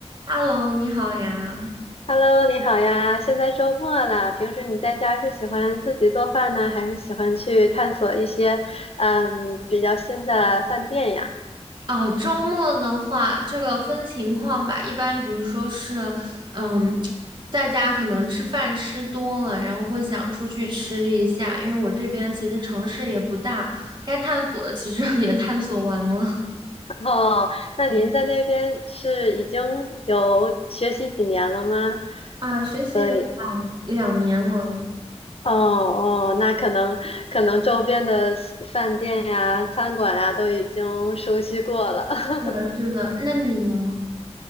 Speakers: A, on the right; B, on the left.
A: Hello，你好呀。
B: Hello，你好呀！现在周末了，平时你在家是喜欢自己做饭呢，还是喜欢去探索一些嗯比较新的饭店呀？
A: 哦，周末的话，这个分情况吧。一般比如说是，嗯，在家可能吃饭吃多了，然后会想出去吃一下，因为我这边其实城市也不大，该探索的其实 <laughs> 也探索完了。
B: 哦，那您在那边是已经有学习几年了吗？
A: 对啊，学习有两两年了。
B: 所以，哦哦，那可能可能周边的饭店呀、餐馆呀都已经熟悉过了。<laughs>
A: 对啊是的，那你呢？